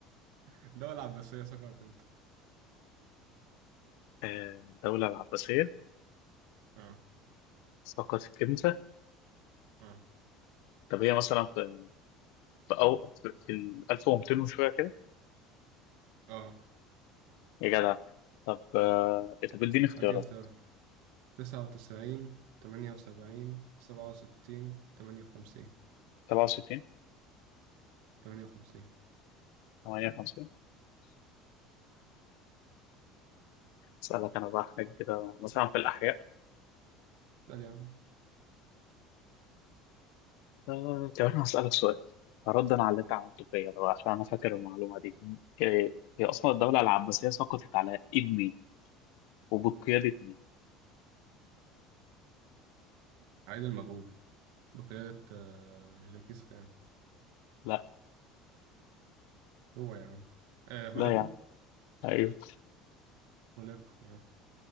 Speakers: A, on the right (about 65°); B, on the left (about 65°).
A: الدولة العباسية سقطت امتى؟
B: آه، الدولة العباسية
A: اه
B: سقطت إمتى؟
A: اه
B: طب هي مثلا في في أو في في ال 1200 وشوية كده
A: اه
B: يا جدع طب آه، طب إديني اختيارات
A: هديك اختيارات تسعة وتسعين تمانية وسبعين سبعة وستين تمانية وخمسين
B: 67
A: تمانية وخمسين
B: 58 أسألك أنا بقى حاجة كده مثلا في الأحياء
A: ده يا عم
B: آه، طب انا هسألك سؤال ردا على اللي انت عملته فيا ده بقى، عشان انا فاكر المعلومه دي إيه، هي اصلا الدوله العباسيه سقطت على ايد مين وبقياده مين
A: عيد المغول بقيادة آه، جنكيز خان
B: لا
A: هو يا عم آه هولاكو
B: لا يعني ايوه
A: هولاكو اه